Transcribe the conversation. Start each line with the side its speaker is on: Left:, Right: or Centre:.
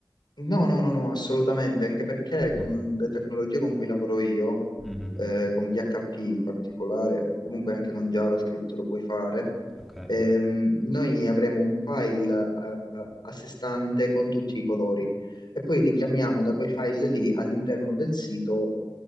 Left: No, no, no, no, assolutamente, anche perché con
Centre: Mm.
Left: le tecnologie con cui lavoro io,
Centre: Mhm.
Left: eh, con PHP in particolare, comunque anche con JavaScript lo puoi fare,
Centre: Ok.
Left: ehm, noi avremo un file, eh, a sé stante con tutti i colori e poi richiamiamo da quel file lì all'interno del sito